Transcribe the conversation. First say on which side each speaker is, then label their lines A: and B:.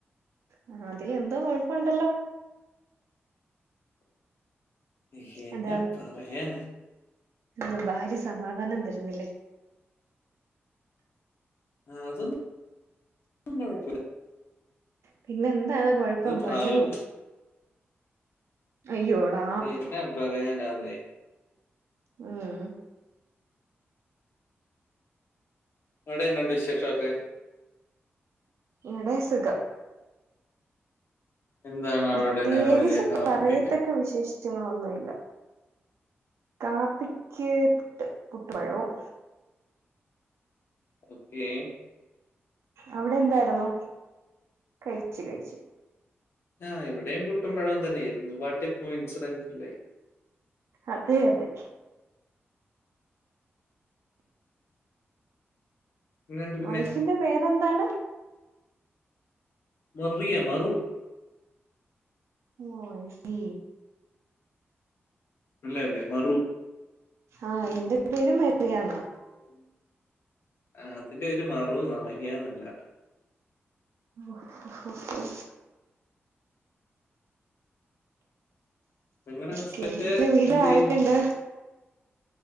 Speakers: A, on the right; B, on the left.
A: ആ അതിൽ എന്തോ കൊഴപ്പുണ്ടല്ലോ?
B: യെന്ന
A: എന്താ
B: പറയാനാ.
A: എന്താ ഭാര്യ സമാധാനം തരുന്നില്ലേ?
B: ആഹ് അതൊന്നും കൊഴപ്പൂല.
A: പിന്നെ എന്താണ് കൊഴപ്പം
B: പാവം
A: പയറൂ അയ്യോടാ.
B: എന്നാ പറയാനാന്നേ
A: ഉം.
B: ആടെ എന്നാണ്ട് വിശേഷോക്കെ?
A: ഇവിടെ സുഖം.
B: എന്താണ്
A: പ്രത്യേകിച്ച്
B: അവിടെ രാവിലെ കാപ്പിക്കൊക്കെ
A: പറയത്തക്ക വിശേഷ റ്റങ്ങളൊന്നുല്ല. കാപ്പിക്ക് പുട്ട് പുട്ട് പഴോം.
B: ഓക്കേ
A: അവിടെ എന്താരുന്നു കഴിച്ച് കഴിച്ച്
B: ആ ഇവിടേം പുട്ടുംപഴോം തന്നെയായിരുന്നു what a coincident today
A: അതെ അതെ
B: എന്നുണ്ട് പിന്നെ
A: വൈഫിന്റെ പേരെന്താണ്
B: മറിയ മറു
A: ഓ ഐസീ
B: അല്ലേ മേ മറു
A: ആ എന്റെ പേര് മെ റിയാന്നാ
B: ആ അതിന്റെ ഒരു മറന്നാ മരിയാന്നല്ല
A: ഒ ഹോഹോഹോ
B: നിങ്ങളുടെ ഹസ്ബൻഡ്
A: ക്കെ പ്പ വീടൽ
B: എന്ത്
A: ആരൊക്കെണ്ട്
B: ചെയ്യുന്നു